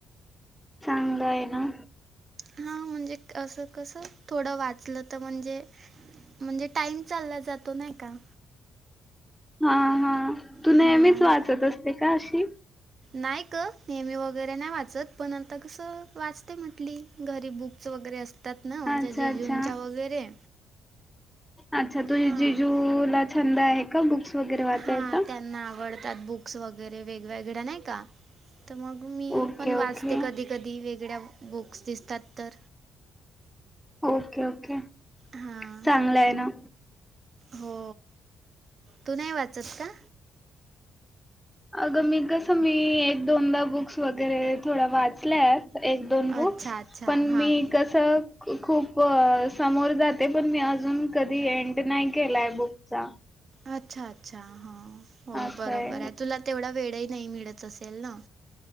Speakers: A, in the centre; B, on the right.
A: चांगलं आहे ना.
B: हा म्हणजे अस कस थोडं वाचलं तर म्हणजे म्हणजे टाइम चालला जातो नाही का?
A: हा हा तू
B: हां
A: नेहमीच वाचत असते का अशी?
B: नाही ग नेहमी वगैरे नाही वाचत पण आता कसं वाचते म्हटली घरी बुक्स वगैरे असत असतात ना माझ्या
A: अच्छा
B: जिजुंच्या
A: अच्छा
B: वगैरे
A: अच्छा तुझ्या
B: हां
A: जिजू- ला छंद आहे का बुक्स वगैरे वाचायचा?
B: हां त्यांना आवड त्यात बुक्स वगैरे वेगवेगळ्या नाही का तर मग मी
A: ओके
B: पण वाचते
A: ओके
B: कधी कधी वेगळ्या बुक्स दिसतात तर.
A: ओके ओके
B: हां
A: चांगलं आहे ना.
B: हो तू नाही वाचत का?
A: अगं मी कसं मी एक दोनदा बुक्स वगैरे थोड्या वाचल्या आहेत एक दोन बुक्स
B: अच्छा अच्छा
A: पण
B: हां
A: मी कसं खूप समोर जाते पण मी अजून कधी एंड नाही केलाय बुकचा.
B: अच्छा अच्छा हा हो
A: असंय
B: बरोबर आहे तुला तेवढा वेळही नाही मिळत असेल ना?